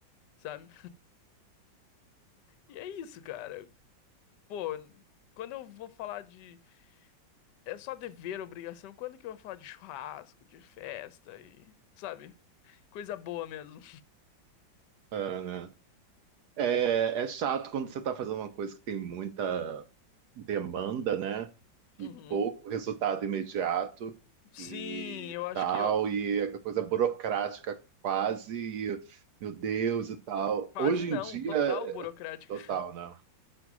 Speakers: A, on the left; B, on the right.
A: sabe? E é isso, cara. Pô, quando eu vou falar de. É só dever, obrigação, quando que eu vou falar de churrasco, de festa e. Sabe? Coisa boa mesmo.
B: é, né? É, é chato quando você está fazendo uma coisa que tem muita demanda, né? E
A: Uhum.
B: pouco resultado imediato
A: Sim,
B: e
A: eu acho
B: tal,
A: que
B: e é aquela coisa burocrática quase, e, meu Deus e tal.
A: quase
B: Hoje
A: não,
B: em dia,
A: total burocrática.
B: total,
A: <laughs>
B: né?